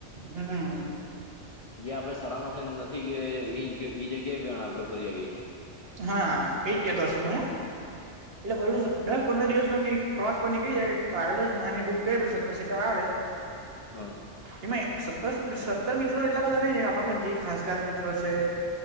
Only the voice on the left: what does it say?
જે આપડે શાળા માંથી નથી ગયા એ જગ્યાએ પણ આપડે ફરી આવીએ છે.
હ.